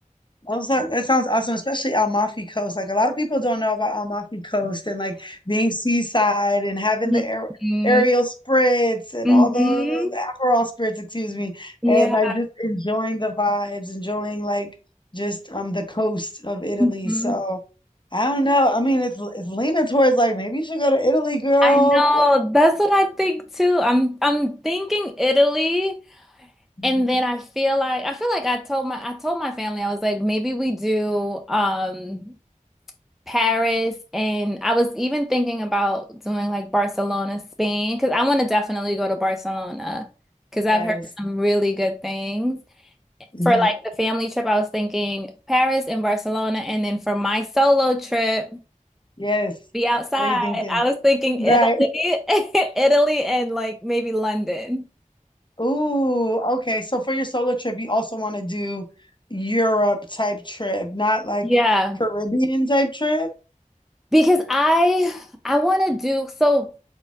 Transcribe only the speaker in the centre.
Mm-hmm.
Mm-hmm.
Yeah.
hmm
I know. That's what I think too. I'm I'm thinking Italy,
and then I feel like I feel like I told my I told my family I was like maybe we do um Paris, and I was even thinking about doing like Barcelona, Spain, because I want to definitely go to Barcelona because I've
heard some really good things.
For like the family trip, I was thinking Paris and Barcelona, and then for my solo trip.
be outside.
I was thinking
Italy, <laughs> Italy and like maybe London.
Yeah,
because I I want to do so